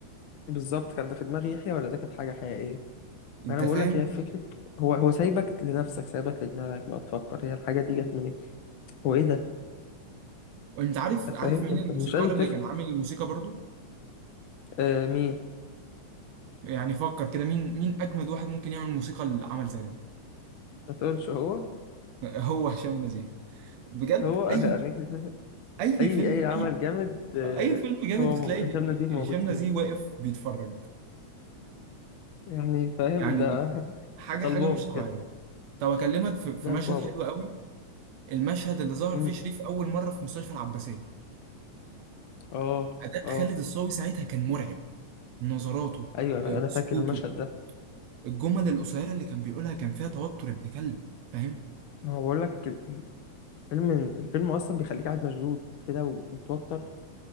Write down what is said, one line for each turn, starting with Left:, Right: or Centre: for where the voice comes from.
Left: بالظبط كان ده في دماغ يحيى ولا ده كانت حاجة حقيقية
Right: انت
Left: ما انا بقول
Right: فاهم
Left: لك هي فكرة هو هو سايبك لنفسك سايبك لدماغك بقى تفكر هي الحاجة دي جت منين هو ايه ده
Right: انت عارف
Left: انت فاهم
Right: عارف مين
Left: انت
Right: الموسيقار
Left: مش قادر تفهم
Right: اللي كان عامل الموسيقى برضو
Left: آه مين
Right: يعني فكر كده مين مين اجمد واحد ممكن يعمل موسيقى لعمل زي ده
Left: ما تقولش هو
Right: هو هشام نزيه بجد
Left: هو
Right: اي
Left: يعني <laughs>
Right: اي
Left: اي
Right: فيلم
Left: اي عمل
Right: اي
Left: جامد آه
Right: اي فيلم جامد
Left: هو
Right: بتلاقي
Left: موجود هشام نديم موجود
Right: هشام
Left: فيه
Right: نزيه واقف بيتفرج
Left: يعني فاهم
Right: يعني
Left: ده <laughs>
Right: حاجه
Left: ده
Right: حاجه
Left: البابا
Right: مش طبيعيه
Left: بجد
Right: طب اكلمك في في
Left: ده
Right: مشهد
Left: البابا
Right: حلو قوي المشهد اللي ظهر
Left: امم
Right: فيه شريف اول مره في مستشفى العباسيه
Left: اه
Right: اداء
Left: اه
Right: خالد الصاوي ساعتها كان مرعب نظراته
Left: ايوه انا
Right: آه،
Left: انا
Right: سكوته
Left: فاكر المشهد ده
Right: الجمل القصيره اللي كان بيقولها كان فيها توتر ابن كلب فاهم
Left: ما هو بقول لك الفيلم الفيلم اصلا بيخليك قاعد مشدود كده ومتوتر